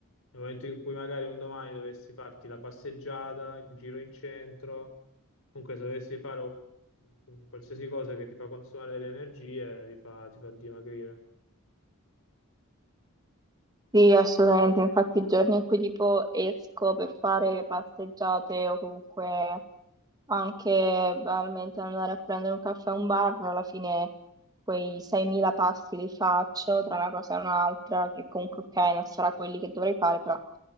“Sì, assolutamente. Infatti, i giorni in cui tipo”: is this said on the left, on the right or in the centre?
Right